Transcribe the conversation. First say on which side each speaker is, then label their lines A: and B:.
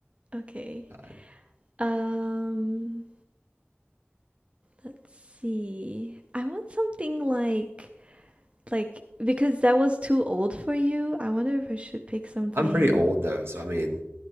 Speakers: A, on the right (about 30°); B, on the right (about 70°).
A: Okay.
B: Tied.
A: Um, let's see. I want something like like because that was too old for you. I wonder if I should pick something.
B: I'm pretty old though, so I mean,